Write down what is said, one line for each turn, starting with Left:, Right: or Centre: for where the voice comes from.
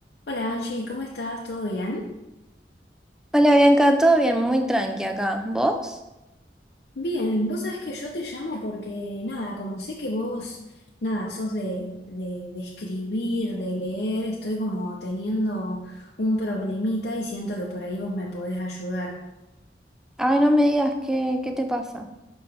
Left: Hola Angie, ¿cómo estás? ¿Todo bien?
Centre: Hola Bianca, todo bien, muy tranqui acá. ¿Vos?
Left: Bien, vos sabés que yo te llamo porque, nada, como sé que vos, nada, sos de, de, de escribir, de leer, estoy como teniendo un problemita y siento que por ahí vos me podés ayudar.
Centre: Ay, no me digas qué, qué te pasa.